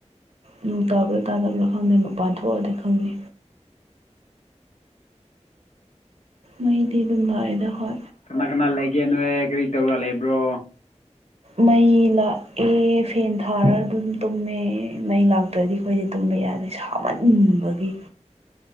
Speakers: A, on the right; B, on the left.
A: ꯅꯣꯡ ꯇꯥꯕ꯭ꯔꯥ ꯇꯥꯗꯕ꯭ꯔꯥ ꯈꯪꯗꯦ ꯃꯄꯥꯟ ꯊꯣꯛꯑꯗꯤ ꯈꯪꯅꯤ ꯃꯩꯗꯤ ꯑꯗꯨꯝ ꯂꯥꯛꯏꯗ ꯍꯣꯏ
B: ꯀꯅꯥ ꯀꯅꯥ ꯂꯩꯒꯦ ꯅꯣꯢ ꯀꯔꯤ ꯇꯧꯔ ꯂꯩꯕ꯭ꯔꯣ
A: ꯃꯩ ꯂꯥꯛꯑꯦ ꯐꯦꯟ ꯊꯥꯔ ꯑꯗꯨꯝ ꯇꯨꯝꯃꯦ ꯃꯩ ꯂꯥꯛ ꯇ꯭ꯔꯗꯤ ꯑꯩꯈꯣꯏꯗꯤ ꯇꯨꯝꯕ ꯌꯥꯗꯦ ꯁꯥꯃꯟꯕꯒꯤ